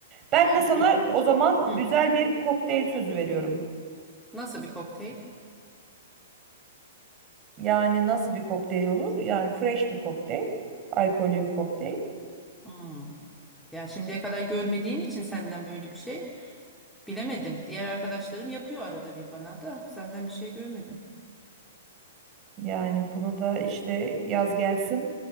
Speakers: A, on the right; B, in the centre.
A: Ben
B: Aynen
A: de sana
B: yok yapacağım.
A: o zaman
B: Hı.
A: güzel bir kokteyl sözü veriyorum.
B: Nasıl bir kokteyl?
A: Yani nasıl bir kokteyl olur? Yani fresh bir kokteyl, alkollü bir kokteyl.
B: Hmm. Yani şimdiye kadar görmediğim için senden böyle bir şey bilemedim. Diğer arkadaşlarım yapıyor arada bir bana da senden bir şey görmedim.
A: Yani bunu da işte yaz gelsin.